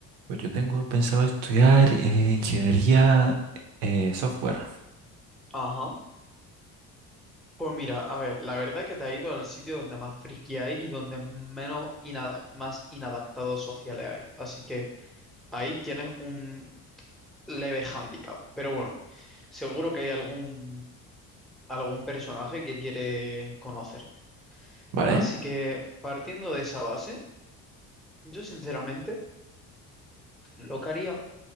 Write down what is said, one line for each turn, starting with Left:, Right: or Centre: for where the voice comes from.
Right: Pues yo tengo pensado estudiar eh, ingeniería eh, software,
Centre: Ajá. Pues mira, a ver, la verdad que te ha ido al sitio donde más friki hay y donde menos ina- más inadaptados sociales hay. Así que ahí tienes un leve hándicap. Pero bueno, seguro que hay algún, algún personaje que quiere conocerte.
Right: ¿vale?
Centre: Así que partiendo de esa base, yo sinceramente lo que haría